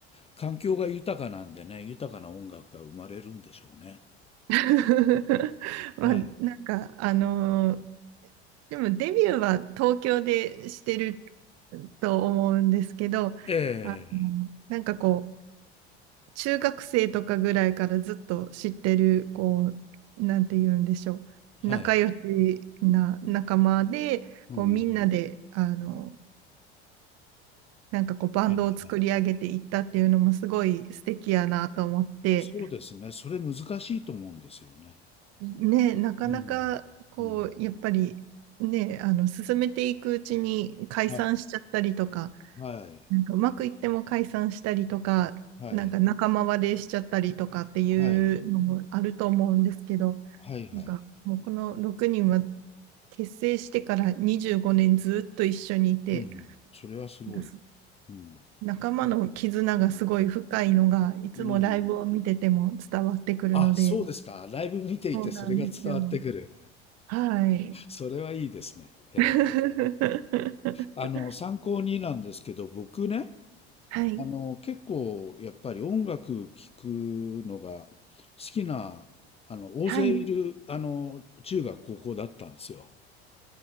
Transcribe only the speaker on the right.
<laughs> まあ、
なんか、あのーでもデビューは東京でしてると思うんですけど、
あの、なんかこう、中学生とかぐらいからずっと知ってる、こう、なんて言うんでしょう。
仲良しな仲間で、
こう、みんなで、あの、なんかこう、バンドを作り上げていったっていうのもすごい素敵やなと思って、
ね、なかなか、
こう、
やっぱり、ね、あの、進めていくうちに解散しちゃったりとか、
なんかうまくいっても解散したりとか、
なんか仲間割れしちゃったりとかっていうのもあると思うんですけど、
なんかもうこの6人は結成してから25年ずっと一緒にいて、
なんかす
仲間の絆がすごい深いのが、いつもライブを見てても伝わってくるので、
そうなんですよ。はい。
<laughs>
はい。
はい。